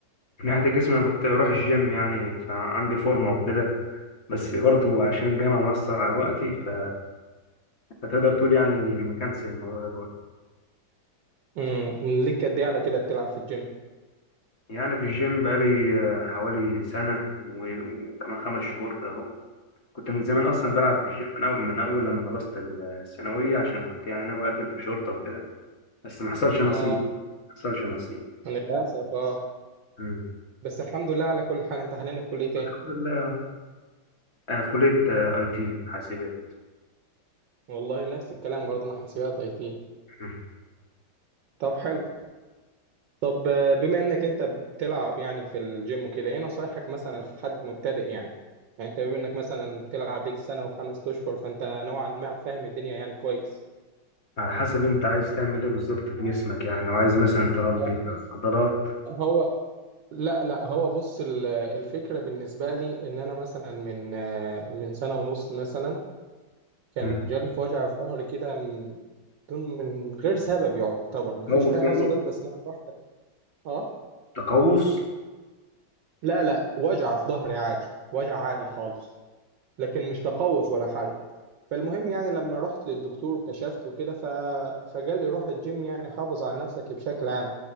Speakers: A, on the left; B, on the right.
A: من ناحية الجسم انا كنت بروح الجيم يعني فعندي فورمة وكده بس برضو عشان الجامعة مأثر على وقتي ف- فتقدر تقول يعني إني مكنسل الموضوع ده دلوقتي
B: امم ليك قد ايه على كده بتلعب في الجيم؟
A: يعني في الجيم بقالي آه، حوالي سنة و- وكمان خمس شهور كده أهو كنت من زمان أصلا بلعب
B: أبدأ.
A: في الجيم من أول من أول لما خلصت الثانوية عشان كنت يعني ناوي أقدم في شرطة وكده بس ما حصلش نصيب
B: اه
A: ما حصلش نصيب
B: للأسف اه
A: مم.
B: بس الحمد لله على كل حال انت حاليا في كلية ايه؟
A: الحمد لله أنا في كلية أي تي حاسبات
B: والله نفس الكلام برضه انا حاسبات اي تي
A: مم.
B: طب حلو طب آه، بما انك انت بتلعب يعني في الجيم وكده ايه نصايحك مثلا لحد مبتدئ يعني يعني انت بما انك مثلا بتلعب ليك سنة وخمس اشهر فانت نوعا ما فاهم الدنيا يعني كويس
A: على حسب أنت عايز تعمل إيه بالظبط في جسمك يعني لو عايز مثلا تربي
B: يعني بص
A: عضلات
B: هو لا لا هو بص ال- الفكرة بالنسبة لي ان انا مثلا من آه، من سنة ونص مثلا كان
A: مم.
B: جالي في وجع في ظهري كده م- بدون من غير سبب يعتبر مفيش
A: تقوس
B: حاجة حصلت
A: يعني
B: بس مرة واحدة اه
A: تقوس
B: لا لا وجع في ظهري عادي وجع عادي خالص لكن مش تقوس ولا حاجة فالمهم يعني لما رحت للدكتور وكشفت وكده ف... فقال لي روح الجيم يعني حافظ على نفسك بشكل عام